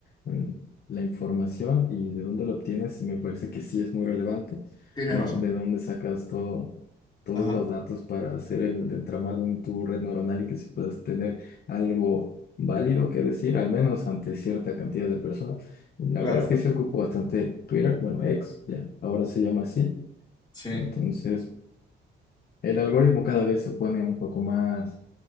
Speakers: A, on the left; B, on the left.
A: Mm, la información y de dónde la obtienes me parece que sí es muy relevante,
B: tienes
A: ¿no?
B: razón.
A: De dónde sacas todo, todos
B: Ajá,
A: los datos para hacer el entramado en tu red neuronal y que se puedas tener algo válido que decir, al menos ante cierta cantidad de personas. La
B: claro.
A: verdad es que sí ocupo bastante Twitter, bueno, ex, ya, ahora se llama así,
B: Sí,
A: entonces... El algoritmo cada vez se pone un poco más